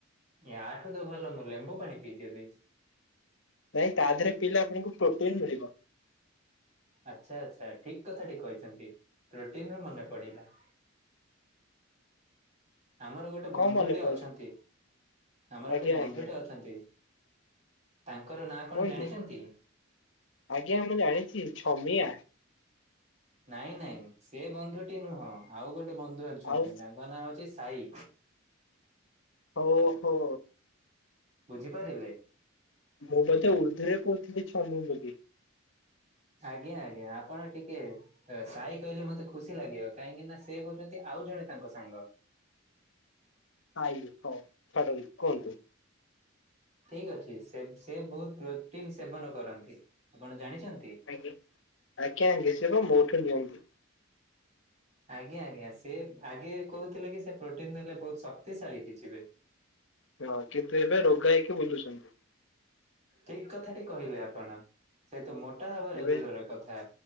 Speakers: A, on the right; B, on the left.
A: ୟାଠୁ ତ ଭଲ ମୁଁ ଲେମ୍ବୁ ପାଣି ପିଇଦେବି।
B: ନାଇଁ ତା ଦେହରେ ପିଇଲେ ଆପଣଙ୍କୁ ପ୍ରୋଟିନ ମିଳିବ।
A: ଆଚ୍ଛା-ଆଚ୍ଛା ଠିକ୍ କଥାଟି କହିଛନ୍ତି, ପ୍ରୋଟିନରୁ ମନେ ପଡିଲା। ଆମର ଗୋଟେ ବନ୍ଧୁଟେ
B: କଣ ମନେ ପଡିଲା
A: ଅଛନ୍ତି, ଆମର
B: ଆଜ୍ଞା
A: ଗୋଟେ ବନ୍ଧୁଟେ
B: ଆଜ୍ଞା
A: ଅଛନ୍ତି। ତାଙ୍କର ନାଆଁ କଣ
B: କୁହନ୍ତୁ
A: ଜାଣିଛନ୍ତି?
B: ଆଜ୍ଞା ମୁଁ ଜାଣିଛି ଛମିଆ।
A: ନାଇଁ-ନାଇଁ ସେ ବନ୍ଧୁଟି ନୁହଁ, ଆଉ ଗୋଟେ ବନ୍ଧୁ ଅଛନ୍ତି,
B: ଆଉ
A: ତାଙ୍କ ନାଆଁ ହଉଛି ସାଇ।
B: ଓ ହୋ।
A: ବୁଝିପାରିଲେ?
B: ମୁଁ ବୋଧେ ଉର୍ଦ୍ଦୁରେ କହୁଥିଲି ଛନୁ ବୋଲି।
A: ଆଜ୍ଞା-ଆଜ୍ଞା ଆପଣ ଟିକେ ଏ ସାଇ କହିଲେ ମତେ ଖୁସି ଲାଗିବ କାହିଁକି ନା ସେ ହଉଛନ୍ତି ଆଉ ଜଣେ ତାଙ୍କ ସାଙ୍ଗ।
B: ଆଜ୍ଞେ ହଉ, ଛାଡନ୍ତୁ କୁହନ୍ତୁ।
A: ଠିକ୍ ଅଛି ସେ-ସେ ବହୁତ ପ୍ରୋଟିନ୍ ସେବନ କରନ୍ତି ଆପଣ ଜାଣିଛନ୍ତି?
B: ଆଜ୍ଞା, ଆଜ୍ଞା-ଆଜ୍ଞା ସେ ପା ମୋଠୁ ନିଅନ୍ତି।
A: ଆଜ୍ଞା-ଆଜ୍ଞା ସେ ଆଗେ କହୁଥିଲେ କି ସେ ପ୍ରୋଟିନ ଦେଲେ ବହୁତ୍ ଶକ୍ତିଶାଳୀ ହେଇ ଯିବେ,
B: ହଁ କିନ୍ତୁ ଏବେ ରୋଗ ହେଇକି ବୁଲୁଛନ୍ତି,
A: ଠିକ୍ କଥାଟି କହିଲେ ଆପଣ, ସେ ତ ମୋଟା ହବାର
B: ଏବେ
A: ଦୂରର କଥା